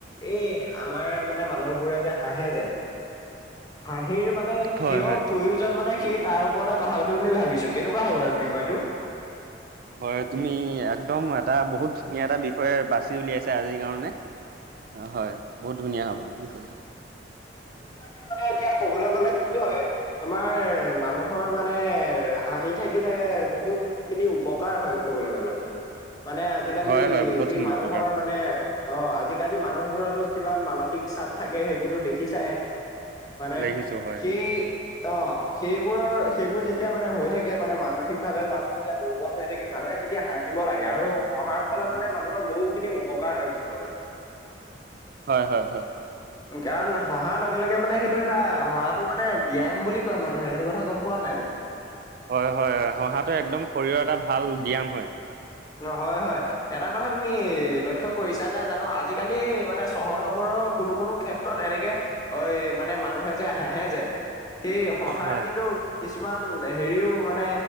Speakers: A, on the left; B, on the right.
A: এই আমাৰ মানে মানুহবোৰে যে হাঁহে যে
B: <unintelligible>
A: হাঁহিৰ মানে
B: হয়
A: কিয়
B: হয়
A: প্ৰয়োজন মানে সেই তাৰ ওপৰতে কথা পাতি বুলি ভাবিছো কেনেকুৱা হ'ব আৰু বিষয়টো
B: হয় তুমি একদম এটা বহুত ধুনীয়া এটা বিষয়ে বাছি উলিয়াইছা আজিৰ কাৰণে অহ হয় বহুত ধুনীয়া হ'ব বিষয়টো
A: উম তাকে মানে এতিয়া কবলৈ গ'লে কি হয় আমাৰ মানুহৰ মানে হাঁহি থাকিলে বহুত খিনি উপকাৰ হয় ক'বলৈ গলে
B: <unintelligible>
A: মানে আজিকালি
B: হয় হয় বহুতখিনি
A: যি মানুহৰ
B: উপকাৰ হয়
A: মানে অহ আজিকালি মানুহবোৰতো কিমান মানসিক চাপ থাকে সেইবোৰতো দেখি চায় হয় নে
B: দেখিছো হয়
A: সেই
B: হয়
A: অহ সেইবোৰৰ সেইবোৰ যেতিয়া মানে হৈ থাকে মানে মানসিক ভাৱে মানুহ যেতিয়া দুৰ্বল হৈ থাকে মানুহে তেতিয়া হাঁহিব লাগে আৰু হাঁহৰ ফলত মানে মানুহৰ বহু খিনি উপকাৰ হয় কবলৈ গ'লে
B: হয় হয় হয়
A: কাৰণ অহাৰ লগে লগে মানে সেইটো এটা হাহঁতো মানে ব্যায়াম বুলি কয় মানুহে সেইটো কথা গম পোৱা নাই তুমি
B: হয় হয় হয় হাহঁতো একদম শৰীৰৰ এটা ভাল ব্যায়াম হয়
A: অহ হয় হয় এটা কথা তুমি লক্ষ্য কৰিছা নাই জানো আজি- কালি মানে চহৰ নগৰৰ- কোনো কোনো ক্ষেত্ৰত এনেকে অহ মানে মানুহে যে হাঁহে যে সেই হাঁহৰ
B: হয়
A: কিন্তু কিছুমান হেৰিও মানে